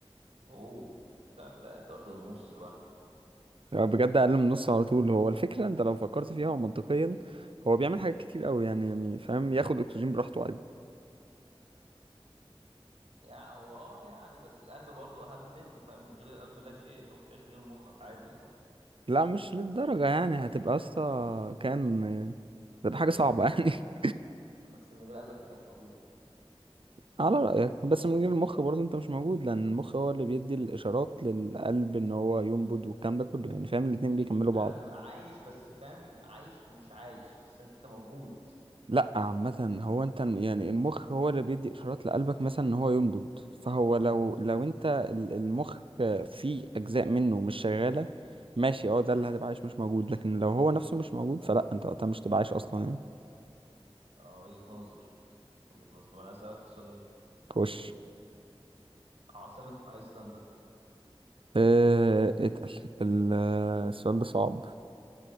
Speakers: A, on the right; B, on the right.
A: اوه ده ده ده واخد النص لوحده
B: يعني بجد اقل من نص على طول هو الفكره انت لو فكرت فيها ومنطقيا هو بيعمل حاجات كتير قوي يعني يعني فاهم ياخد اكسجين براحته عادي
A: يعني هو اه يعني بس القلب برضه اهم منه فاهم من غير القلب لا شيء انت ممكن تعيش من غير مخك عادي
B: لا مش للدرجه يعني هتبقى يا اسطى كان هتبقى حاجه صعبه يعني <laughs>
A: <laughs> بس من غير قلبك انت مش موجود
B: على رأيك بس من غير المخ برضه انت مش موجود لأن المخ هو اللي بيدي الإشارات للقلب ان هو ينبض والكلام ده كله يعني فاهم الاتنين بيكملوا بعض
A: هتبقى عايش بس فاهم عايش مش عايش بس انت موجود
B: لا عامة هو انت يعني المخ هو اللي بيدي إشارات لقلبك مثلا ان هو ينبض فهو لو لو انت ال- المخ فيه أجزاء منه مش شغالة ماشي اه ده اللي هتبقى عايش مش موجود لكن لو هو نفسه مش موجود فلا انت وقتها مش تبقى عايش أصلا يعني
A: اه وجهة نظر وجهة نظر طب انا اسألك سؤال
B: خش
A: عاصمة ايسلندا
B: اه اتقل ال- السؤال ده صعب